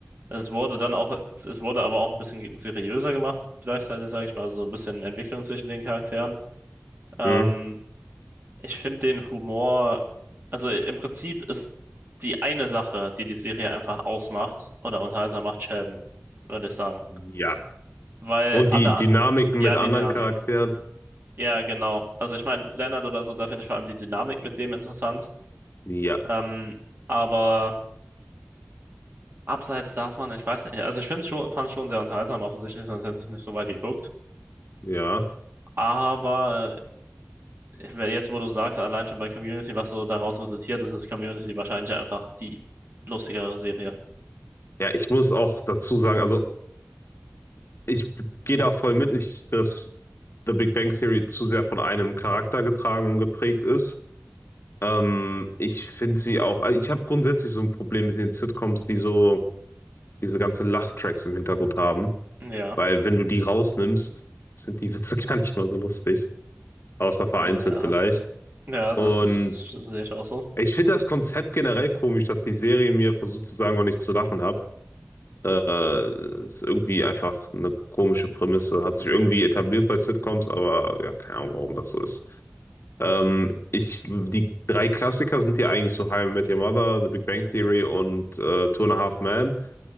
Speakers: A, on the right; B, on the left.
A: Es wurde dann auch, es wurde aber auch ein bisschen seriöser gemacht, gleichzeitig, sage ich mal, also so ein bisschen Entwicklung zwischen den Charakteren. Ähm,
B: Hm.
A: ich finde den Humor, also im Prinzip ist die eine Sache, die die Serie einfach ausmacht oder unterhaltsam macht, Sheldon, würde ich sagen.
B: Ja.
A: Weil
B: Und
A: alle
B: die Dynamiken
A: an, ja,
B: mit
A: die
B: anderen
A: Dynamik.
B: Charakteren?
A: Ja, genau. Also ich meine, Leonard oder so, da finde ich vor allem die Dynamik mit dem interessant.
B: Ja.
A: Ähm, aber. Abseits davon, ich weiß nicht, also ich finde schon, fand es schon sehr unterhaltsam, offensichtlich, sonst hätte ich es nicht so weit geguckt.
B: Ja.
A: Aber äh, wer- jetzt, wo du sagst, allein schon bei Community, was so daraus resultiert ist, ist Community wahrscheinlich einfach die lustigere Serie.
B: Ja, ich muss auch dazu sagen, also ich gehe da voll mit. Ich, das The Big Bang Theory zu sehr von einem Charakter getragen und geprägt ist. Ähm, ich finde sie auch, also ich habe grundsätzlich so ein Problem mit den Sitcoms, die so diese ganzen Lachtracks im Hintergrund haben,
A: Ja,
B: weil wenn du die rausnimmst, sind die Witze <laughs> gar nicht mal so lustig, außer vereinzelt
A: ja,
B: vielleicht.
A: ja,
B: Und
A: das ist, sehe ich auch so.
B: ich finde das Konzept generell komisch, dass die Serie mir versucht zu sagen, wann ich zu lachen habe. Äh, ist irgendwie einfach eine komische Prämisse. Hat sich irgendwie etabliert bei Sitcoms, aber ja, keine Ahnung, warum das so ist. Ähm, ich, die drei Klassiker sind ja eigentlich so How I Met Your Mother, The Big Bang Theory und äh, Two and a Half Men.